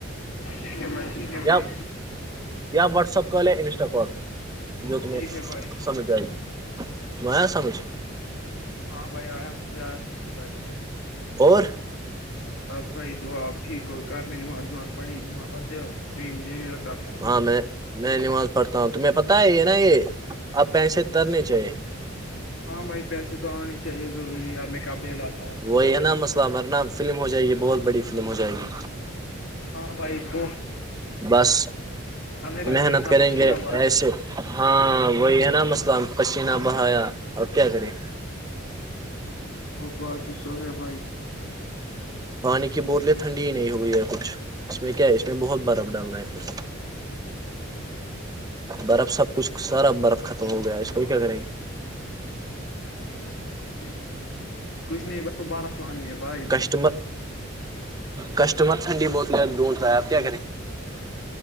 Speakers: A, on the left; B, on the right.
A: ٹھیک ہے بھائی ٹھیک ہے بھائی
B: یا یا واٹسپ کال یا انسٹا کال جو تمہیں
A: ٹھیک ہے بھائی
B: سمجھ آئے گی ت آیا سمجھ
A: ہاں بھائی آیا مجھے آیا سمیل بھائی
B: اور
A: بس بھائی دو آپ کوئی کار میں نماز نماز پڑھی نماز پڑھتے ہو نہیں مجھے نہیں لگتااز
B: آ میں میں نماز پڑھتا ہوں تمہیں پتتا ہے یہ نا یہ آب پیسے ترنے چاہیے
A: ہاں بھائی پیسے تو آنے چاہیے ضری ار میں کپڑے لات
B: وہی ہے نا مسئلہ ہمارنہ فلم ہو جائے گی بہت بڑی فلم ہو جائے گی
A: ہاں بھائی پ
B: بس
A: بھائی
B: محنت
A: میں اتنا
B: کریں
A: پسینہ
B: گے
A: پڑا
B: ایسے ہاں وہی ہے نا مسئلہ پسینہ بہایا ا کیا کریں
A: وہ بات بھی تو ہے بھائی
B: پانی کی بوتلیں ٹھنڈی ہی نہیں ہوئی ہے کچھ اس میں کیا ہے اس میں بہت برف ڈالنا ہے پھر برف سب کچھ سارا برف ختم ہو گیا اس کوئی کیاک نہیں
A: اس میں کچھ نہیں کچھ نہیں ب کو بارہسل آنی ہے بھائی
B: کسٹمر کسٹمر ٹھنڈی بوتلیں ڈھونڈتا ہے آپ کیا کریں